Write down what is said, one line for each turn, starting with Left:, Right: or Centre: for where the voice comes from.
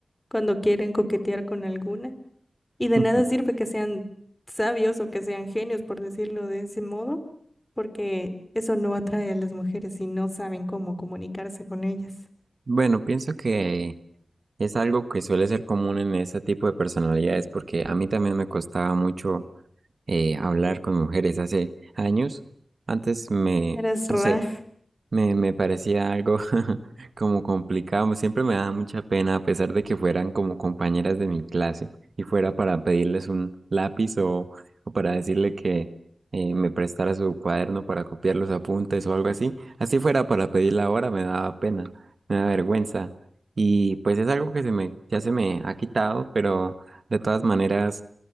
Left: cuando quieren coquetear con alguna. Y de
Right: Ujú.
Left: nada sirve que sean sabios o que sean genios, por decirlo de ese modo, porque eso no atrae a las mujeres y no saben cómo comunicarse con ellas.
Right: Bueno, pienso que es algo que suele ser común en ese tipo de personalidades, porque a mí también me costaba mucho eh, hablar con mujeres hace años. Antes me,
Left: Eras Raj
Right: no sé. Me, me parecía algo <laughs> como complicado. Siempre me daba mucha pena, a pesar de que fueran como compañeras de mi clase y fuera para pedirles un lápiz o, o para decirle que eh, me prestara su cuaderno para copiar los apuntes o algo así. Así fuera para pedirla ahora, me daba pena, me daba vergüenza. Y pues es algo que se me, ya se me ha quitado, pero de todas maneras,